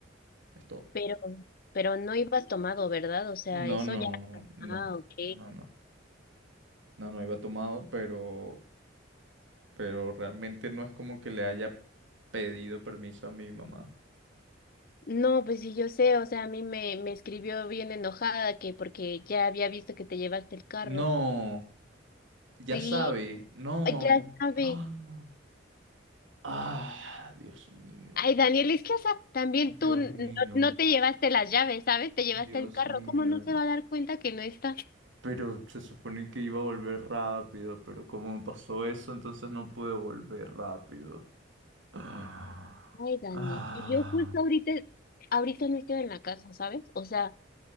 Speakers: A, on the right; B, on the left.
A: Es todo.
B: Pero, pero no ibas tomado, ¿verdad? O sea,
A: No,
B: eso
A: no,
B: ya.
A: no,
B: Ah, ok.
A: no, no. No, no iba tomado, pero, pero realmente no es como que le haya pedido permiso a mi mamá.
B: No, pues sí, yo sé, o sea, a mí me, me escribió bien enojada que porque ya había visto que te llevaste el carro.
A: No, ya
B: Sí,
A: sabe, no.
B: ya sabe.
A: <gasps> ¡Ah! Ah, Dios mío,
B: Ay, Daniel, es que, o sea, también
A: Dios
B: tú n-
A: mío,
B: no, no te llevaste las llaves, ¿sabes? Te llevaste
A: Dios
B: el carro.
A: mío.
B: ¿Cómo no se va a dar cuenta que no está?
A: pero se supone que iba a volver rápido, pero como pasó eso, entonces no pude volver rápido. <gasps>
B: Ay, Dani,
A: Ah,
B: y yo justo
A: ah,
B: ahorita, ahorita no estoy en la casa, ¿sabes? O sea,